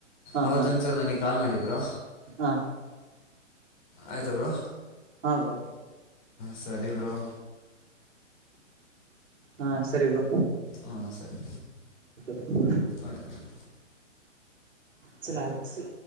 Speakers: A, on the right; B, on the left.
A: ಹಾ
B: ಅವವತ್ತೊಂದಸರು
A: ಹಾ
B: ನನಗ್ ಕಾಲ್ ಮಾಡಬ್ರಾ
A: ಹಾ
B: ಆಯ್ತ ಬರು
A: ಹ್ರಾ
B: ಸರಿೇ ಬ್ರೋ
A: ಹಾ ಸರಿ ಬರು
B: ಹಾಂ ಸರಿ
A: ಬ್ರೋ
B: ಓಕೆ ಮ
A: ಚಲ